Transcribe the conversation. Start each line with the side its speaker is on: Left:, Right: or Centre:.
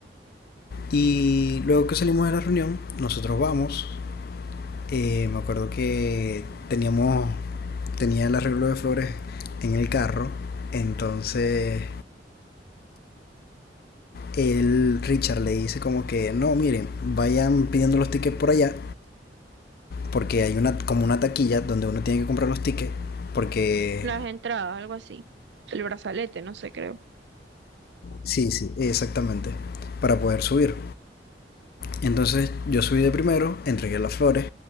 Left: Y luego que salimos de la reunión, nosotros vamos. eh, me acuerdo que teníamos, tenía el arreglo de flores en el carro. Entonces el Richard le dice como que, no, miren, vayan pidiendo los tickets por allá, porque hay una como una taquilla donde uno tiene que comprar los tickets, porque...
Right: Las entradas, algo así. El brazalete, no sé, creo.
Left: Sí, sí, exactamente, para poder subir. Entonces yo subí de primero, entregué las flores